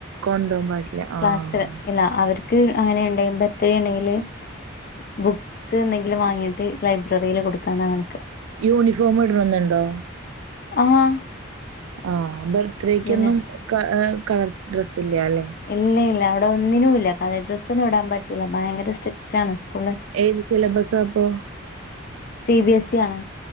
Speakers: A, on the right; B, on the left.
A: കൊണ്ടോവാൻ പാടില്ല ആഹ്
B: ക്ലാസ് ഇല്ല അവർ ക്ക് അങ്ങനെ ഉണ്ടെ ബർത്ത്ഡേ ഉണ്ടെങ്കില് ബുക്സ് എന്തെങ്കിലും വാങ്ങിട്ട് ലൈബ്രറിയില് കൊടുക്കാന്ന കണക്ക്
A: യൂണിഫോം ഇടണോന് ഇണ്ടോ
B: ആഹ്
A: ആ ബെർത്ഡേക്കോനും
B: യൂനിഫ്
A: ക കളർ ഡ്രസ്സ്‌ ഇല്ല അല്ലെ
B: ഇല്ല ഇല്ല അവിടെ ഒന്നിനും ഇല്ല കളർ ഡ്രസ്സ്‌ ഒന്നും ഇടാൻ പറ്റൂല ഭയങ്കര സ്ട്രിക്റ്റ് ആണ് സ്കൂള്
A: ഏത് സില്ലാബസാ അപ്പോ
B: സി ബി എസ് ഇ ആണ്